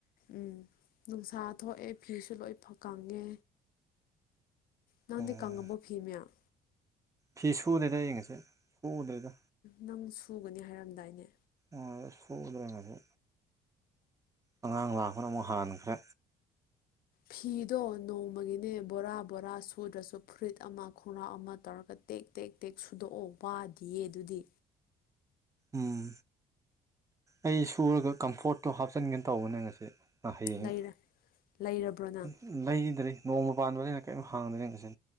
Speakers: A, on the left; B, on the right.
A: ꯎꯝ ꯅꯨꯡꯁꯥ ꯊꯣꯛꯑꯦ ꯐꯤꯁꯨ ꯂꯣꯏ ꯐ ꯀꯪꯉꯦ ꯅꯪꯗꯤ
B: ꯑꯣ
A: ꯀꯥꯡꯉꯕꯣ ꯐꯤ ꯃꯌꯥꯝ
B: ꯐꯤ ꯁꯨꯗꯦꯗ ꯑꯩ ꯉꯁꯤ ꯁꯨꯗ꯭ꯔꯦꯗ
A: ꯅꯪ ꯁꯨꯒꯅꯤ ꯍꯥꯏꯔꯝꯗꯥꯏꯅꯦ
B: ꯑ ꯁꯨꯗ꯭ꯔꯦ ꯉꯁꯤ ꯑꯉꯥꯡ ꯂꯥꯛꯄꯅ ꯑꯃꯨꯛ ꯍꯥꯟꯈ꯭ꯔꯦ
A: ꯐꯤꯗꯣ ꯅꯣꯡꯃꯒꯤꯅꯦ ꯕꯣꯔꯥ ꯕꯣꯔꯥ ꯁꯨꯗ꯭ꯔꯁꯨ ꯐꯨꯔꯤꯠ ꯑꯃ ꯈꯣꯡꯔꯥꯎ ꯑꯃ ꯇꯧꯔꯒ ꯇꯦꯛ ꯇꯦꯛ ꯇꯦꯛ ꯁꯨꯗꯣꯛꯑꯣ ꯋꯥꯗꯤꯌꯦ ꯑꯗꯨꯗꯤ
B: ꯎꯝ ꯑꯩ ꯁꯨꯔꯒ ꯀꯝꯐꯣꯔꯠꯇꯣ ꯍꯥꯞꯆꯤꯟꯒꯦ ꯇꯧꯕꯅꯦ ꯉꯁꯤ ꯑꯥ ꯍꯌꯦꯡ
A: ꯂꯩꯔ ꯂꯩꯔꯕ꯭ꯔꯣ ꯅꯪ
B: ꯎꯝ ꯂꯩꯗ꯭ꯔꯤ ꯅꯣꯡꯃ ꯄꯥꯟꯕꯅꯤꯅ ꯀꯩꯝ ꯍꯥꯡꯗ꯭ꯔꯦ ꯉꯁꯤ